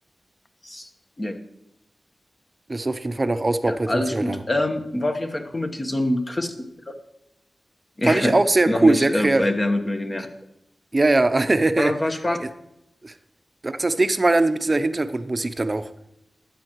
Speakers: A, on the left; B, on the right.
A: <laughs> ja.
B: Das ist auf jeden Fall noch Ausbaupotenzial
A: Ja, alles gut.
B: da.
A: Ähm, war auf jeden Fall cool mit dir so ein Quiz. <laughs> Ja,
B: Fand ich auch sehr
A: noch
B: cool,
A: nicht
B: sehr
A: äh,
B: kreativ.
A: bei Wer wird Millionär.
B: Ja, ja. <laughs>
A: War, war Spaß.
B: Jetzt- Das nächste Mal dann mit dieser Hintergrundmusik dann auch.